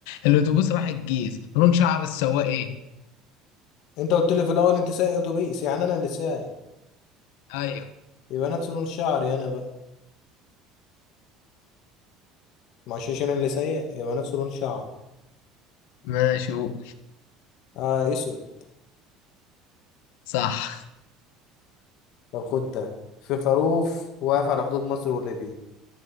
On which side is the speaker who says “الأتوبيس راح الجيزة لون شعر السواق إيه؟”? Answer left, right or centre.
Left